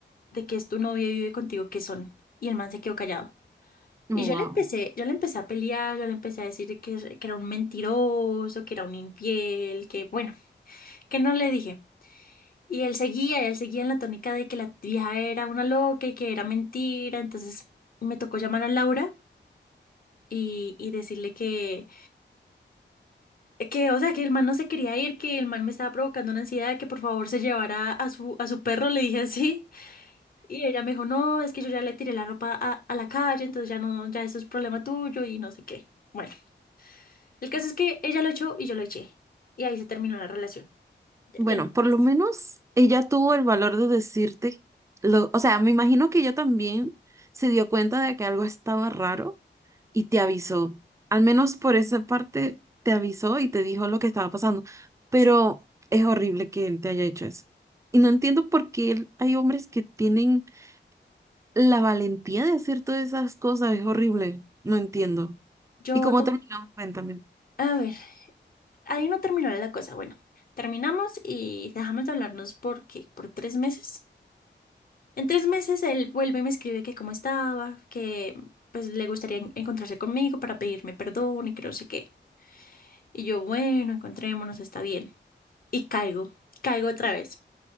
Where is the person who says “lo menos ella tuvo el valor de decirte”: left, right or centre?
Right